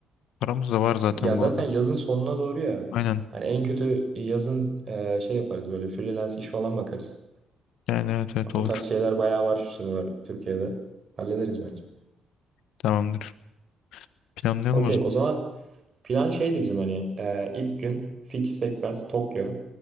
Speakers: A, on the left; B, on the right.
A: Paramız da var zaten
B: Ya zaten
A: bu arada.
B: yazın sonuna doğru ya.
A: Aynen.
B: Hani en kötü yazın e, şey yaparız böyle freelance iş falan bakarız.
A: Yani evet evet
B: O
A: olur.
B: tarz şeyler bayağı var şu sıralar Türkiye'de. Hallederiz bence.
A: Tamamdır. Planlayalım
B: Okey
A: o zaman.
B: o zaman plan şeydi bizim hani e, ilk gün fix sekmez Tokyo.